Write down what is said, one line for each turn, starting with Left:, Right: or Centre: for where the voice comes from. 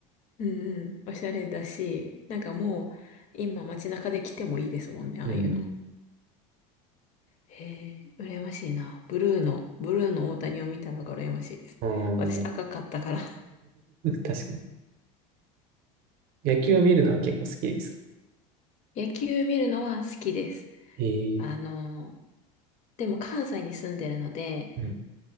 Left: うんうん。おしゃれだし、なんかもう、今街中で着てもいいですもんね、ああいうの。
Right: て。うん。
Left: へえ、羨ましいな。ブルーの、ブルーの大谷を見たのが羨ましいです。
Right: あー
Left: 私赤かったから
Right: <laughs> 確かに。野球は見るのは結構好きですか
Left: 野球見るのは好きです。
Right: ええ
Left: あの、でも関西に住んでるので、
Right: うん。